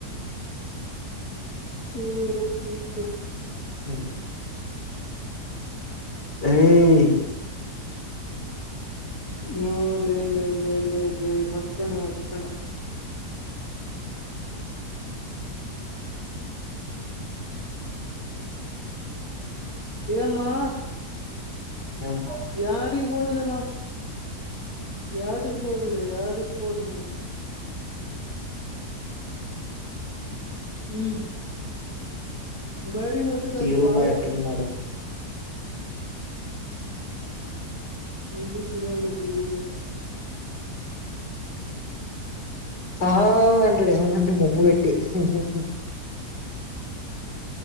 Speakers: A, on the left; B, on the left.
A: తూరుపు పుష్
B: ఔను ఏయ్
A: మా లేదు లేదు లేదు లేదు లేదు మర్చిపోయిన మర్చిపోయిన ఏం మా
B: యం
A: యాడికీ పోదులే మా యాటికీ పోదులే యాడికి పోదు కటి ఉమ్ బయటికి పోతే దానికి
B: తీరు
A: సావే
B: బా ఎట్లున్నాడు
A: ఇది గుర్రాల <unintelligible>
B: ఆ అంటాడు ఏమన్నా అంటే బొబ్బ పెట్టి <unintelligible>